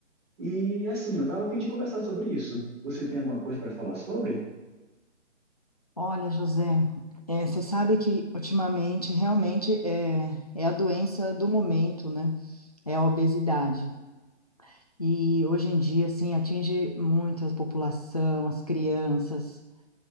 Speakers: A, on the right (about 20°); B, on the left (about 35°).
A: E assim, eu estava a fim de conversar sobre isso. Você tem alguma coisa para falar sobre?
B: Olha, José, é, você sabe que ultimamente realmente é, é a doença do momento, né? É a obesidade. E hoje em dia, assim, atinge muito a população, as crianças,